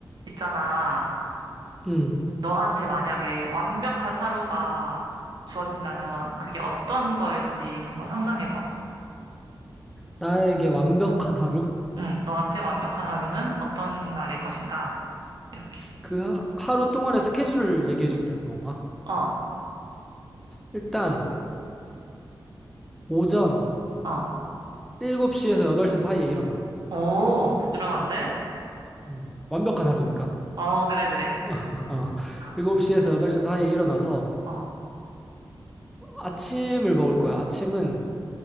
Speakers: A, on the right; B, in the centre.
A: 있잖아.
B: 음,
A: 너한테 만약에 완벽한 하루가 주어진다면 그게 어떤 걸지 한번 상상해 봐봐.
B: 나에게 완벽한 하루?
A: 응, 너한테 완벽한 하루는 어떤 날일 것인가? 이렇게.
B: 그 하, 하루 동안의 스케줄을 얘기해 주면 되는 건가?
A: 어,
B: 일단, 오전
A: 어.
B: 7시에서 8시 사이에 일어나.
A: 오, 부지런한데?
B: 음, 완벽한 하루니까.
A: 어, 그래, 그래.
B: <laughs> 어,
A: <laughs>
B: 7시에서 8시 사이에 일어나서
A: 어,
B: 아침을 먹을 거야. 아침은